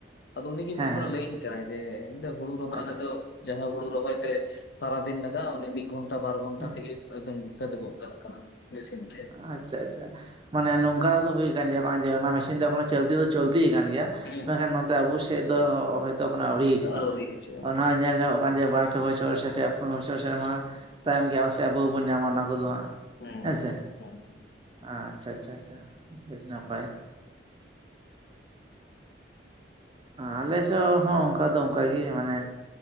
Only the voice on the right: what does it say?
ᱦᱮᱸ
ᱟᱪᱪᱷᱟ
ᱦᱮᱸ
ᱟᱪᱪᱷᱟ ᱟᱪᱪᱷᱟ, ᱢᱟᱱᱮ ᱱᱚᱝᱠᱟ ᱫᱚ ᱦᱩᱭ ᱟᱠᱟᱱ ᱜᱮᱭᱟ ᱵᱟᱝ ᱡᱮ ᱚᱱᱟ ᱢᱮᱥᱤᱱ ᱫᱚ ᱮᱠᱷᱚᱱᱳ ᱪᱚᱞᱛᱤ ᱫᱚ ᱪᱚᱞᱛᱤ ᱠᱟᱱ ᱜᱮᱭᱟ᱾
ᱢᱮᱱᱠᱷᱟᱱ ᱱᱚᱛᱮ ᱟᱵᱚ ᱥᱮᱡ ᱫᱚ ᱦᱚᱳᱭᱛᱳ ᱮᱠᱷᱚᱱᱚ ᱟᱹᱣᱨᱤ ᱦᱤᱡᱩᱜᱼᱟ᱾
ᱚᱱᱟ ᱧᱮᱞ ᱧᱟᱢᱚᱜ ᱠᱟᱱ ᱡᱮ ᱵᱟᱨ ᱯᱮ ᱵᱚᱪᱷᱚᱨ ᱥᱮ ᱯᱮ ᱯᱩᱱ ᱵᱚᱪᱷᱚᱨ ᱥᱮᱨᱢᱟ ᱛᱟᱭᱚᱢ ᱜᱮᱭᱟ ᱯᱟᱥᱮ ᱟᱵᱚ ᱦᱚᱸᱵᱚᱱ ᱧᱟᱢᱟ ᱚᱱᱟ ᱠᱚᱫᱚ ᱦᱟᱸᱜ
ᱦᱮᱸᱥᱮ
ᱟᱪᱪᱷᱟ ᱪᱷᱟ ᱪᱷᱟ ᱪᱷᱟ ᱟᱰᱤ ᱱᱟᱯᱟᱭ ᱟᱞᱮ ᱥᱮᱫ ᱦᱚᱸ ᱚᱱᱠᱟ ᱫᱚ ᱚᱱᱠ ᱜᱤ ᱢᱟᱱᱮ